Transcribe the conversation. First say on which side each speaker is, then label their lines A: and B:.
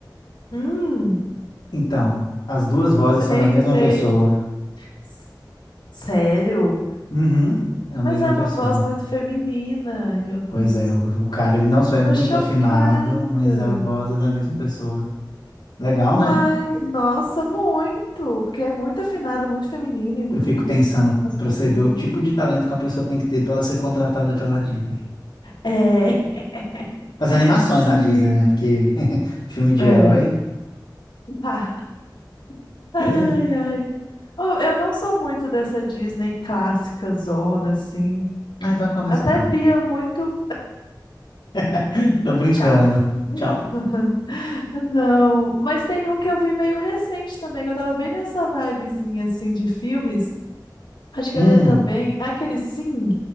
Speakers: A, on the left (about 80°); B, on the left (about 70°).
A: hum,
B: Então, as duas vozes são
A: sei,
B: da mesma
A: sei.
B: pessoa.
A: S- Sério?
B: Uhum, é a
A: Mas
B: mesma
A: é
B: pessoa.
A: uma voz muito feminina e outra
B: Pois
A: é masculina.
B: é, o, o cara, ele não só é
A: Tô
B: muito
A: chocada.
B: afinado, mas a voz é da mesma pessoa. Legal,
A: Uai,
B: né?
A: nossa, muito! Porque é muito afinado, muito feminino e muito
B: Eu fico pensando,
A: masculino.
B: pra você ver o
A: a
B: tipo
A: outra.
B: de talento que uma pessoa tem que ter pra ela ser contratada pela Disney.
A: É,
B: As
A: <laughs>
B: animações
A: sim,
B: da Disney, né? Porque <laughs> filme de
A: é.
B: herói.
A: <laughs> Ai,
B: <laughs>
A: ai. Oh, eu não sou muito dessa Disney clássica zona, assim.
B: Ah, então a conversa
A: Até
B: acabou.
A: via muito.
B: <laughs> Tô brincando.
A: Tchau. Hum.
B: Tchau.
A: <laughs> Não, mas tem um que eu vi meio recente também, que eu tava bem nessa vibezinha, assim, de filmes. Acho que
B: Hum.
A: ele é também. É aquele Sing,